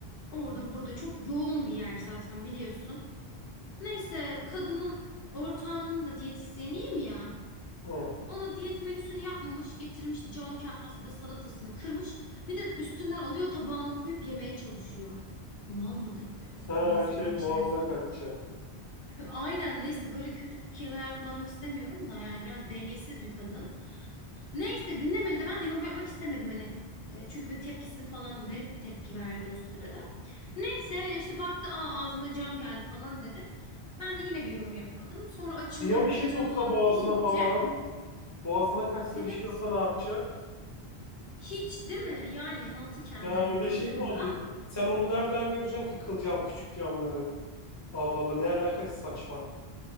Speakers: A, on the left; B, on the left.
A: orada burada çok yoğun bir yer zaten biliyorsun. Neyse kadının ortağımın da diyetisyeniyim ya.
B: Hı.
A: Ona diyet menüsünü yapmamış, getirmiş cam kasede salatasını kırmış. Bir de üstünden alıyor tabağını koyup yemeye çalışıyor. Mal mıdır? E,
B: Ha,
A: Neyse
B: şey
A: böyle şeyler
B: boğazına
A: söyleyeyim.
B: kaçacak.
A: <laughs> Aynen neyse böyle kötü kelimeler kullanmak istemiyorum da yani biraz dengesiz bir kadın. Neyse dinlemedi de ben de yorum yapmak istemedim hani. E, Çünkü bir tepkisini falan garip bir tepki verdi o sırada. Neyse işte baktı Aa, ağzıma cam geldi falan dedi. Ben de yine bir yorum yapmadım. Sonra açım
B: Ya
A: ay
B: bir
A: bayılacağım
B: şey olsa
A: falan
B: boğazına
A: deyince
B: falan. Boğazına kaçsa
A: evet
B: bir şey olsa ne yapacak?
A: Hiç değil mi? Yani mantıken
B: Yani
A: de bakıldığında
B: öyle şey mi olur? Sen onu nereden göreceksin ki kılcal küçük camları? Allah Allah ne alakası saçma.